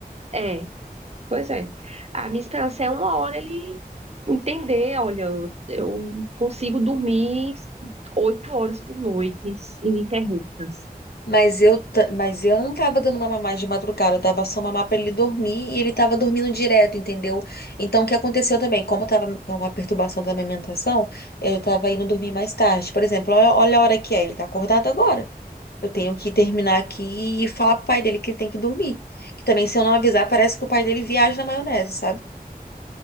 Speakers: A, on the right; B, on the left.
A: é, Pois é. A minha esperança é uma hora ele entender, olha, eu, eu consigo dormir oito horas por noite, ininterruptas.
B: Mas eu, ta- mas eu não tava dando mamar mais de madrugada, eu dava só mamar pra ele dormir e ele tava dormindo direto, entendeu? Então o que aconteceu também? Como eu tava com uma perturbação da amamentação, eu tava indo dormir mais tarde. Por exemplo, olha, olha a hora que é, ele tá acordado agora. Eu tenho que terminar aqui e falar pro pai dele que ele tem que dormir. Que também, se eu não avisar, parece que o pai dele viaja na maionese, sabe?